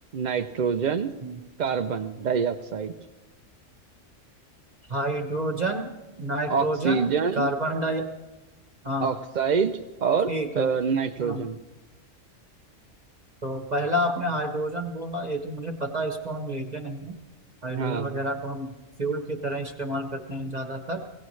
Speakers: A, on the right (about 55°); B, on the right (about 35°).
A: nitrogen
B: हम्म,
A: carbon dioxide
B: हाइड्रोजन नाइट्रोजन
A: Oxygen
B: कार्बन डाई हाँ
A: Oxide और
B: ठीक
A: अ,
B: है
A: नाइट्रोजन
B: हाँ तो पहला आपने हाइड्रोजन बोला ये तो मुझे पता है, इसको हम लेते नहीं हैं हाइड्रोजन
A: हाँ
B: वगैरह को हम फ्यूल की तरह इस्तेमाल करते हैं ज्यादातर